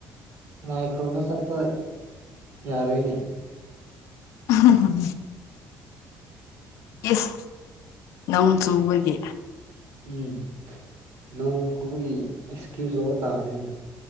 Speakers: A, on the right (about 65°); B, on the left (about 80°).
A: ꯂꯥꯏ ꯈꯨꯔꯨꯝꯕ ꯆꯠꯄ ꯌꯥꯔꯣꯏꯅꯦ
B: ꯎꯝ ꯏꯁꯁ ꯅꯪ ꯆꯨꯕꯒꯦ
A: ꯎꯝ ꯅꯣꯡ ꯆꯨꯕꯒꯤ ꯑꯦꯛꯁꯀ꯭ꯌꯨꯁ ꯂꯒ ꯇꯥ ꯄꯅꯤ